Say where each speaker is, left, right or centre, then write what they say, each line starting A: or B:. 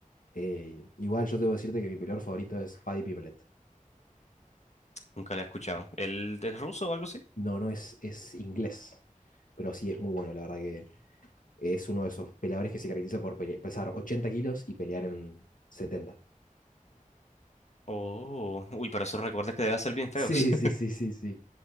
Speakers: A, on the left; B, on the left.
A: Eh, igual yo debo decirte que mi peleador favorito es Paddy Pimelet.
B: Nunca lo he escuchado. ¿Él es ruso o algo así?
A: No, no es, es inglés, pero sí es muy bueno, la verdad que es uno de esos peleadores que se caracteriza por pele- pesar 80 kilos y pelear en 70.
B: Oh, uy, pero esos recuerdos que debe ser bien feos.
A: Sí, sí, sí, sí, sí.